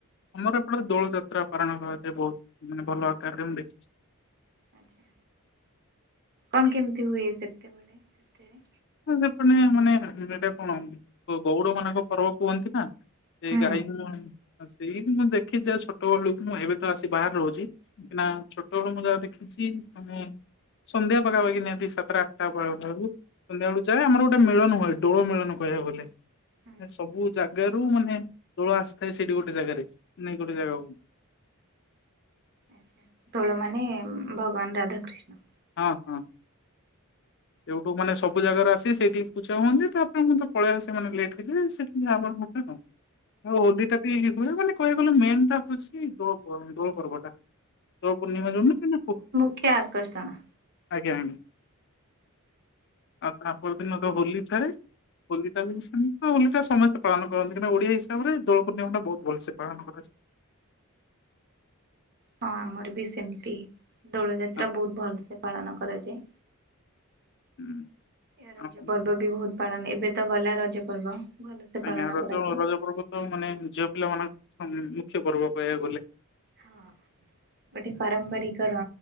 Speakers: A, on the left (about 55°); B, on the right (about 45°).
A: ଆମର ଏପଟେ ଦୋଳ ଯାତ୍ରା ପାାରଣ କରାଯଏ ବହୁତ ମାନେ ଭଲ ଆକାରରେ ମୁଁ ଦେଖିଛି।
B: ଆ୍ଛା କଣ କେମିତି ହୁଏ ସେତେବେଳେ ସେତରେ
A: ହଁ ସେପଟେ ମାନେ ଏଟା କଣ ଗଉଡ ମାନଙ୍କ ପର୍ବ କୁହନ୍ତି ନା। ସେଇ
B: ହୁଁ
A: ଗାଈ ମୁ ସେଇ ମୁଁ ଦେଖି ଯ ଛୋଟ ବେଳୁକୁ ମୁଁ ଏବେ ତ ଆସି ବାହାରେ ରହୁଛି। ନା ଛୋଟବେଳୁ ମୁଁ ଯାହା ଦେଖିଛି ପୁ ସନ୍ଧ୍ୟା ପାଖାପାଖି ନିହାତି ସାତେଟା ଆଠେଟା ବେଳ ବେଳକୁ। ସନ୍ଧ୍ୟାବେଳୁ ଯାଏ ଆମର ଗୋଟେ ମିଳନୁଏ ଡୋ ମିଳନ କହିବା ଗଲେ।
B: ହୁଁ
A: ସବୁ ଜାଗାରୁ ମାନେ ଦୋଳ ଆସିଥାଏ ସେଇଠି ଗୋଟେ ଜାଗାରେ ନାଇ ଗୋଟେ ଜାଗାକୁ।
B: ଆଚ୍ଛା। ତଳ ମାନେ ଭଗବାନ ରାଧାକୃଷ୍ଣ
A: ହଁ ହଁ। ସେଇଠୁ ମାନେ ସବୁ ଜାଗାରୁ ଆସି ସେଇଠିକି ପୂା ହଅନ୍ତି ତାପରେ ମୁଁ ତେ ପଳେଇ ଆସ ମେ ଲେଟ୍ଇଯ ସେଠ ଯ <unintelligible> ଆ ହୋଲି ଟା ବି ହୁଏ ମାନେ କ ଗଲେ ମେନ୍ ଟା ହଉଛି ଦୋର୍ ଦୋଳ ପର୍ବଟା। ତ ପୂର୍ଣିମା ଜୁ କି
B: କ୍ୟା ଅକ୍ରସଣ।
A: ଆଜ୍ଞା ଆଜ୍ଞା ଆଉ ତାପ ଦିନ ତ ହୋଲି ଥାଏ। ହୋଲି ବି ହୋଲିଟା ସମସ୍ତ ସେ ପାଳନ କରନ୍ତିାହିକ ଓଆ ହିସାବରେ ଦୋଳ ପୂର୍ଣ୍ଣିମା ଟା ବହୁତ ଭଲସେ ପାଳନ କରାଯାଏ।
B: ହଁ ଆମର ବି ସେମିତି। ଦୋଳଯାତ୍ରା
A: ହଁ
B: ବହୁତ ଭଲସେ ପାଳନ କରାଯାଏ।
A: ହୁଁ।
B: ଏ ରଜ
A: ଆଉ
B: ପର୍ବ ବି ବହୁତ ପାଳନ ଏବେ ତ ଗଲା ରଜ ପର୍ବ। ଭଲସେ ପାଳନ
A: ଆଜ୍ଞା ରଜ
B: କରାଯାଏ।
A: ରଜ ପର୍ବ ତ ମାନେ ଝିଅ ପିଲା ମାନଙ୍କ ମୁଖ୍ୟ ପର୍ବ କହିବାକୁ ଗଲେ।
B: ହଁ ଗୋଟେ ପାରମ୍ପରିକ